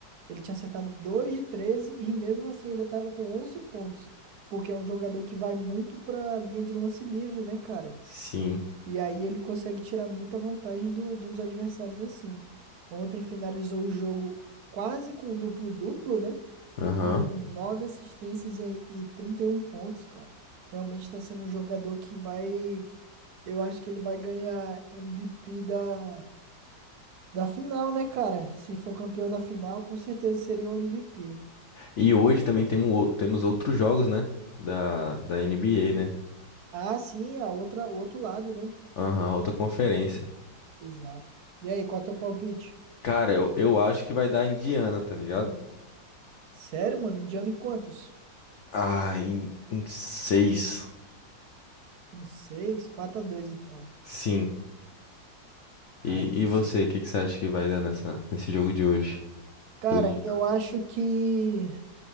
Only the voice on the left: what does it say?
sim,
aham.
E hoje também temos, o- temos outros jogos, né, da, da NBA, né?
Aham, outra conferência.
Cara, eu, eu acho que vai dar Indiana, tá ligado?
Ah, em, em seis.
Sim.
E,
e você,
o que, que você acha que vai dar nessa, nesse jogo de hoje?
Do Nick?